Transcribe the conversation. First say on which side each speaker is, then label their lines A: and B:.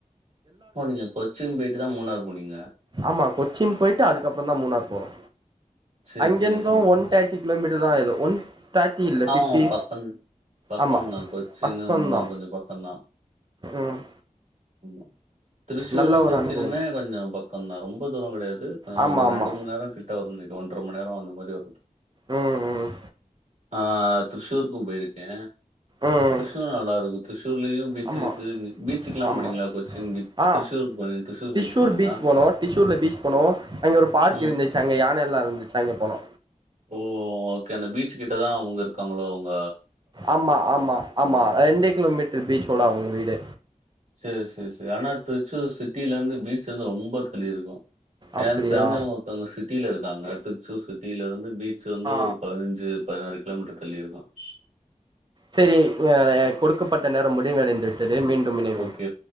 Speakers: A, on the right (about 60°); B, on the right (about 35°).
A: ஓ நீங்க கொச்சின் போயிட்டு தா மூணார் போனீங்களா
B: ஆமா கொச்சின் போயிட்டு அதுக்கப்பறதா மூணார் போனோ
A: சரி,
B: அங்கிருந்தோ
A: சரி, சரி.
B: ஒன் தேர்டி கிலோமீட்டர் தா ஏதோ ஒன் தேர்டி இல்ல
A: ஆமாமா.
B: ஃபிஃப்டி
A: பக்கம் பக்கம்
B: ஆமா
A: தான். கொச்சின்,
B: பக்கோதா
A: மூணார் கொஞ்சம் பக்கம் தான்.
B: ம்
A: ஆமா திருச்சூரு
B: நல்ல ஒரு
A: கொச்சினுமே
B: அனுபவம்
A: கொஞ்சொ பக்கந்தா ரொம்ப தூரோ கிடையாது
B: ஆமா
A: ஒரு
B: ஆமா
A: ரெண்டு மூணு நேர கரெக்டா ஒரு மணி ஒன்ற மணிநேர அந்த மாதிரி வருது
B: ம் ம்
A: ஆ திரிஷூருக்கு போயிருக்கே
B: ம்
A: திரிஷூர் நல்லா இருக்கு திரிஷூர்லயு பீச்சுக்கு
B: ஆமா
A: பீச்சுக்கெல்லா
B: ஆமா
A: போனீங்களா கொச்சின் பீச்
B: ஆ
A: திருச்சூரு போனிங் திருச்சூர்
B: டிஷூர்
A: பீச்சிக் போனீங்களா
B: பீச் போனோ டிஷூர்ல பீச் போனோ அங்க ஒரு பார்க்கு
A: ம்.
B: இருந்துச்சா அங்க யானை எல்லா இருந்துச்சா அங்க போனோ
A: ஓ ஓகே அந்த பீச்சி கிட்டதா அவுங்க இருக்காங்களோ அவுங்க
B: ஆமா ஆமா ஆமா ரெண்டே கிலோமீட்டர் பீச்சோட அவங்க வீடு
A: செரி செரி செரி ஆனா திருச்சூர் சிட்டில இருந்து பீச்லேந்து ரொம்ப தள்ளி இருக்கு எனக்கு
B: அப்டியா
A: தெரிஞ்சவங்க ஒருத்தங்க சிட்டில இருக்காங்க திருச்சூர் சிட்டில இருந்து பீச்லருந்து
B: ஆ
A: ஒரு பதினஞ்சு பதினாறு கிலோ மீட்டர் தள்ளி இருக்கு
B: செரி அ கொடுக்கப்பட்ட நேரோ முடிவடைந் தது மீண்டும் இனைவோம்
A: ஓகே,